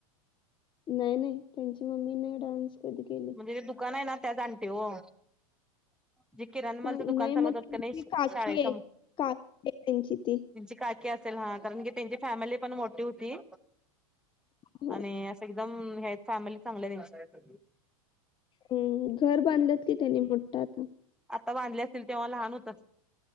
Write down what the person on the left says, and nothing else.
नाही नाही त्यांची मम्मी नाही डान्स कधी केली.
हं,
नाही
मग त्यांची
काकी
आहे
काकी आहे त्यांची ती
हो.
हम् घर बांधलंत की त्यानी म्हटत आता.